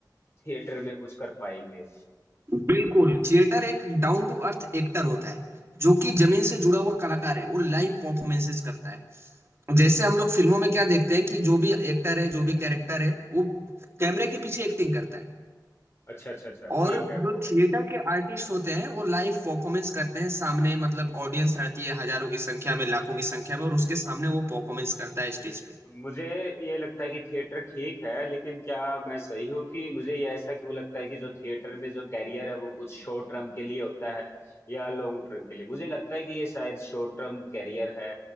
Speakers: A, on the left (about 35°); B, on the right (about 35°).
A: थिएटर में कुछ कर पाएंगे
B: बिल्कुल थिएटर एक डाउन टू अर्थ एक्टर होता है जो कि जमीन से जुड़ा हुआ कलाकार है वो लाइव परफॉर्मेंसेस करता है जैसे हम लोग फिल्मों में क्या देखते हैं कि जो भी एक्टर है जो भी कैरेक्टर है वो कैमरे के पीछे एक्टिंग करता है
A: अच्छा अच्छा अच्छा
B: और
A: ठीक है
B: जो
A: वो
B: थिएटर के आर्टिस्ट होते हैं वो लाइव परफॉर्मेंस करते हैं सामने मतलब ऑडियंस रहती है हजारों की संख्या में लाखों की संख्या में और उसके सामने वो परफॉर्मेंस करता है स्टेज पे
A: मुझे ये लगता है कि थिएटर ठीक है लेकिन क्या मैं सही हूँ कि मुझे ये ऐसा क्यों लगता है कि जो थिएटर में जो कैरियर है वो कुछ शॉर्ट टर्म के लिए होता है या लॉन्ग टर्म के लिए मुझे लगता है कि ये शायद शॉर्ट टर्म कैरियर है